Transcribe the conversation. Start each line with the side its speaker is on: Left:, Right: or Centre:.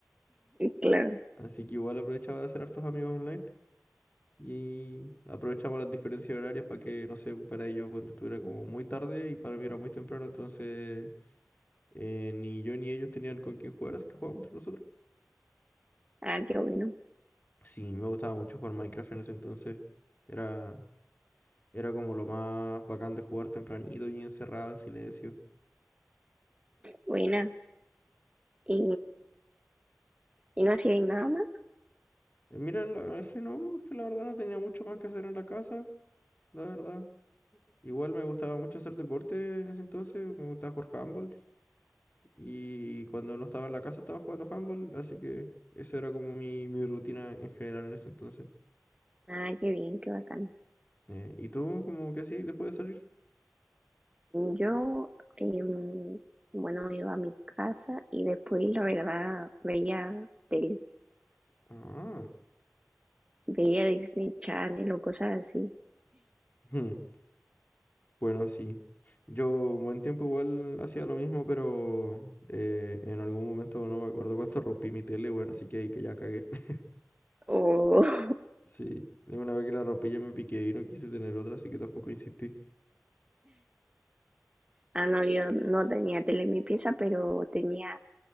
Right: Claro.
Left: Así que igual aprovechaba de hacer hartos amigos online Y aprovechamos las diferencias horarias para que, no sé, para ellos ponte tú, era como muy tarde y para mí era muy temprano, entonces eh, ni yo ni ellos tenían con quién jugar, así que jugábamos entre nosotros.
Right: Ah, qué bueno.
Left: Sí, me gustaba mucho jugar Minecraft en ese entonces. Era, era como lo más bacán de jugar tempranito y encerrado en silencio.
Right: Buena. ¿Y, y no hacíais nada más?
Left: Eh, Mira, la- es que no, es que la verdad no tenía mucho más que hacer en la casa, la verdad. Igual me gustaba mucho hacer deporte en ese entonces, me gustaba jugar handball. Y cuando no estaba en la casa estaba jugando handball, así que esa era como mi, mi rutina en general en ese entonces.
Right: Ah, qué bien, qué bacán.
Left: Eh, ¿y tú, como qué hacías después de salir?
Right: Yo, em, bueno, iba a mi casa y después, la verdad, veía tele.
Left: Ah,
Right: Veía Disney Channel o cosas así.
Left: <laughs> ujú, bueno, sí. Yo un buen tiempo igual hacía lo mismo, pero eh, en algún momento no me acuerdo cuánto <laughs> rompí mi tele, bueno, así que ahí que ya cagué. <laughs>
Right: O, <laughs>
Left: Sí, de una vez que la rompí ya me piqué y no quise tener otra, así que tampoco insistí.
Right: ah, no, yo no tenía tele en mi pieza, pero tenía,